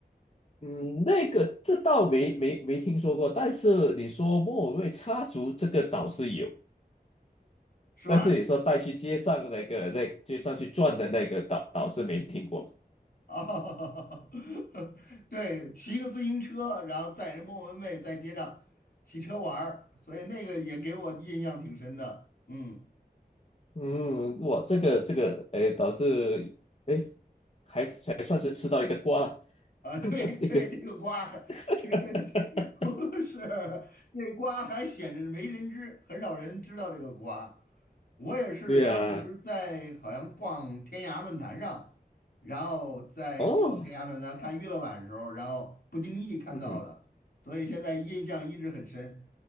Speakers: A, on the left; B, on the left.
A: 嗯，那个这倒没没没听说过，但是你说莫文蔚插足这个岛是有，
B: 是吧？
A: 但是你说带去街上那个那街上去转的那个岛岛是没听过。
B: 啊，<laughs> 对，骑个自行车，然后载着莫文蔚在街上骑车玩儿，所以那个也给我印象挺深的。嗯，
A: 嗯，哇，这个这个，哎，倒是，哎，还还算是吃到一个瓜了，
B: 啊，
A: <laughs>
B: 对对，
A: 一个，
B: 这个瓜
A: <laughs>
B: 对对，<laughs> 不 <laughs> 是这瓜还显着没人知，很少人知道这个瓜。我也是当时在好像逛天涯论坛上，
A: 对呀，
B: 然后在逛天涯论坛看娱乐版的时候，
A: 哦，
B: 然后不经意看到的，
A: 嗯哼，
B: 所以现在印象一直很深。